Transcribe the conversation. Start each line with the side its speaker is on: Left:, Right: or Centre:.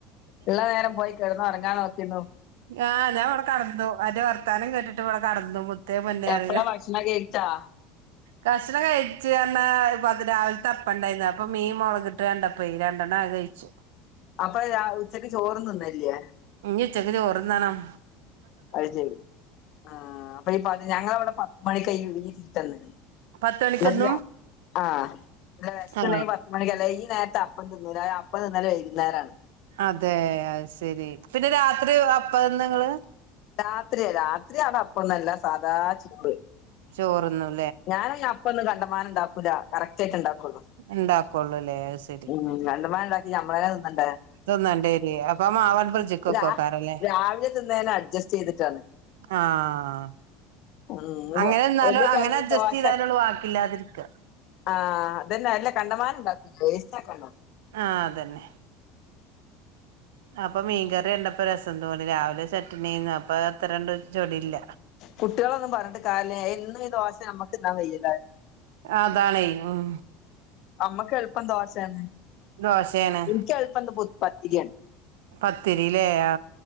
Left: ള്ള നേരം പോയി കിടന്നുറങ്ങാൻ നോക്കിനോ
Right: ആ ഞാനിവ്ടേ കടന്നു അന്റെ വർത്താനം കേട്ടിട്ട് വ്ടെ കടന്നു മു മുത്തേ പൊന്നാരേ
Left: എപ്പളാ ഭക്ഷണം കഴിച്ചാ
Right: കഷ്ണം കഴിച്ച് അന്നാ പത് രാവിൽത്തപ്പണ്ടായിന്ന് അപ്പം മീൻ മൊളകിട്ട് കണ്ടപ്പഴെ രണ്ടെണ്ണക ഴ്ച്ചു
Left: അപ്പൊ അ ഉച്ചക്ക് ചോറും തിന്നില്ലേ
Right: ന്നി ഉച്ചക്ക് ചോറുണ്ണണം
Left: അത്ശെരി ആ അപ്പൊ ഈ പത് ഞങ്ങളവിടെ പത്തു മണിക്കയ്യു <unintelligible> ണത്
Right: പത്ത് മണിക്കൊന്നും
Left: നല്ല ആ നല്ല വെസ്സ്
Right: ആ
Left: ണ്ടെങ്കി പത്തുമണിക്കല്ലെ യ്യി നേരത്ത് അപ്പം തിന്നൂല അപ്പം തിന്നല് വൈകുന്നേരാണ്
Right: അതെ അയ്സെരി പിന്നെ രാത്രി അപ്പംന്ന് നിങ്ങള്
Left: രാത്രിയാ രാത്രിയാണ് അപ്പന്നല്ല സാദാചോറ്
Right: ചോറ്ന്നും
Left: ഞാന് ഇ അപ്പൊന്നും കണ്ടമാനം ണ്ടാക്കൂലാ കറക്റ്റ് ആയിറ്റുണ്ടാക്കുള്ളൂ
Right: ഇണ്ടാക്കുള്ളൂല്ലേ അത് ശരി
Left: ഉം കണ്ടമാനണ്ടാക്കി നമ്മളെന്നെ തിന്നണ്ടേ
Right: തൊന്നണ്ടേര് അപ്പൊ മാവട്ട് ഫ്രിഡ്ജ്ക്കൊക്കൊക്കാറല്ലെ
Left: രാ രാവിലെ തിന്നേനെ അഡ്ജസ്റ്റ് ചെയ്തിട്ടാണ്
Right: ആഹ്
Left: ഉം
Right: അങ്ങനെ
Left: വോ
Right: എന്നാലും
Left: എന്റെ
Right: അങ്ങനെ
Left: കടേല്
Right: അഡ്ജസ്റ്റ്
Left: ദോശ
Right: ചെയ്താലുള്ളൂ ബാക്കില്ലാതിരിക്ക
Left: ആഹ് അതെന്നാ എല്ല കണ്ടമാന ണ്ടാക്കൂല വേസ്റ്റ് ആക്കണ്ട
Right: ആഹ് അതന്നെ അപ്പൊ മീൻകറിയണ്ടപ്പ രസം തോന്നി രാവിലെ ചട്ട്നി എയ്ന്ന് അപ്പൊ അത്രണ്ട് ചൊടില്ല
Left: കുട്ടികളൊന്നും പർഞ്ഞിട്ട് കാര്യല്ല എന്നും ഈ ദോശ നമ്മക്ക് ന്നാൻ കയ്യില
Right: അതാണേ ഉം
Left: അമ്മക്ക് എൾപ്പം ദോശേണ്
Right: ദോശേണ്
Left: ഇൻക്ക് എൾപ്പം ന്ത്‌ പത്തിര്യാണ്
Right: പത്തിരി ലേ ആ